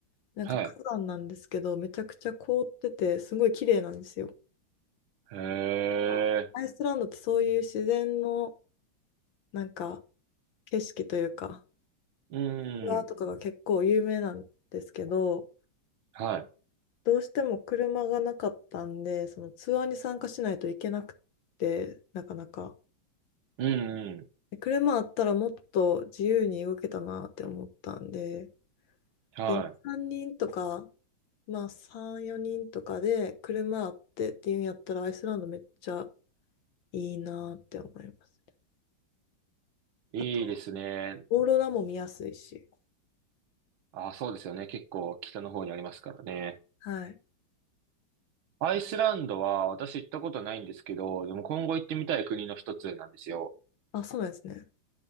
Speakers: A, on the left; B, on the right.
A: なんか火山なんですけど、
B: はい。
A: めちゃくちゃ凍ってて、すごい綺麗なんですよ。
B: へえ、
A: あアイスランドってそういう自然の、なんか、景色というか、
B: う
A: ツアーとかが結構有名なんですけど、
B: ん、はい。
A: どうしても車がなかったんで、そのツアーに参加しないといけなくて、なかなか。
B: うん、うん、
A: で車あったらもっと自由に動けたなって思ったんで、
B: は
A: で、3人とか、まあ3、4人とかで車あってっていうんやったらアイスランドめっちゃいいなって思いますね。
B: い。
A: あと、
B: いいですね。
A: オーロラも見やすいし。
B: あ、そうですよね。結構北の方にありますからね。
A: はい。
B: アイスランドは私行ったことないんですけど、でも今後行ってみたい国の一つなんですよ。
A: あ、そうなんですね。